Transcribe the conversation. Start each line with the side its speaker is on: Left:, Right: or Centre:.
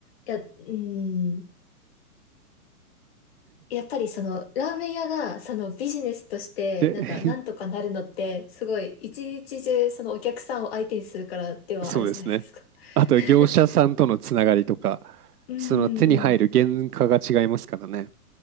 Left: や、うん。やっぱりそのラーメン屋がそのビジネスとしてなんかなんとかなるのってすごい一日中そのお客さんを相手にするからではあるじゃないですか。
Right: で、<laughs> そうですね。あと、
Left: <laughs>
Right: 業者さんとのつながりとか、
Left: うんうん。
Right: その手に入る原価が違いますからね。